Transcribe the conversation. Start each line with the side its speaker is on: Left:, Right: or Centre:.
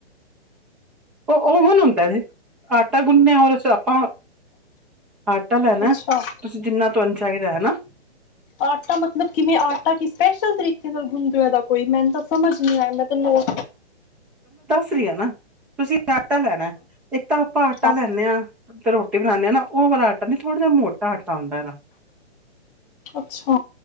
Centre: ਉਹ ਓਵਨ ਹੁੰਦਾਂ ਜੀ। ਆਟਾ ਗੁੰਨਿਆ ਹੋਰ ਅਸੀਂ ਆਪਾਂ ਆਟਾ ਲੈਣਾਂ
Left: ਅੱਛਾ
Centre: ਤੁਸੀਂ ਜਿੰਨਾਂ ਤੁਹਾਂਨੂੰ ਚਾਹੀਂਦਾ ਹਨਾ।
Left: ਆਟਾ ਮੱਤਲਬ ਕਿੰਵੇਂ ਆਟਾ ਕਿਸ - ਸਪੈਸ਼ਲ ਤਰੀਕ਼ੇ ਨਾਲ਼ ਗੁੰਨ ਦਿਆਂ ਵ ਕੋਈ ਮੈਂਨੂੰ ਤਾਂ ਸਮਝ ਨੀਂ ਆਇਆਂ ਮੈਂ ਤਾਂ ਨੋਰ
Centre: ਸਹੀ ਆ ਨਾਂ। ਤੁਸੀਂ ਆਟਾ ਲੈਣਾਂ ਇੱਕ ਤਾਂ ਆਪਾਂ ਆਟਾ
Left: ਹਾਂ
Centre: ਲੈਨੇਂ ਆ ਤੇ ਰੋਟੀ। ਰੋਟੀ ਬਣਾਂਣੇ ਹਾਂ ਨਾਂ ਉਹ ਵਾਲਾਂ ਆਟਾ ਨੀਂ ਥੋੜਾਂ ਜਿਹਾਂ ਮੋਟਾ ਆਟਾ ਹੁੰਦਾਂ
Left: ਅੱਛਾ